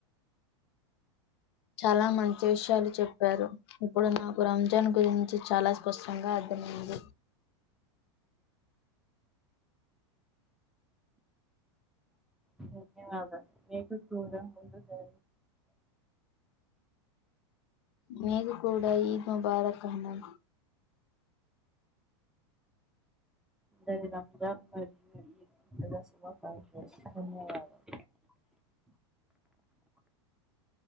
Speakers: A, on the left; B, in the centre.
A: చాలా మంచి విషయాలు చెప్పారు ఇప్పుడు నాకు రంజాన్ గురించి చాలా స్పష్టంగా అర్ధ మైంది
B: నీకేం అవుతుంది తూంద ముందుగా
A: మీకు కూడ ఈద్ ముబారక్ అన్న
B: అ రంజాన్ మరియు ఈద్ ముబారక్ శుభాకాంక్షలు ధన్యవాదాలు